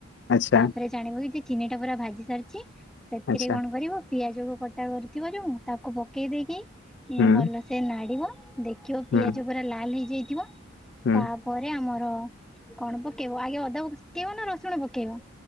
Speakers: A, on the left; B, in the centre.
A: ଆଚ୍ଛା
B: ତାପରେ ଜାଣିବ ଯେ ଚିନି ଟା ପୁରା ଭାଜି ସାରିଛି ସେଥିରେ
A: ଆଚ୍ଛା
B: କଣ କରିବ ପିଆଜକୁ କଟା କରିଥିବରୁ ତାକୁ ପକେଇ ଦେଇକି
A: ହୁଁ
B: ଭଲସେ ନାଡ଼ିବ। ଦେଖିବ ପିଆଜ
A: ହୁଁ
B: ପୁରା ଲାଲ୍ ହେଇଯାଇଥିବ
A: ହୁଁ
B: ତାପରେ ଆମର ହଁ କଣ ପକେଇବ ଆଗେ ଅଦା ପକେଇବ ନା ରସୁଣ ପକେଇବ?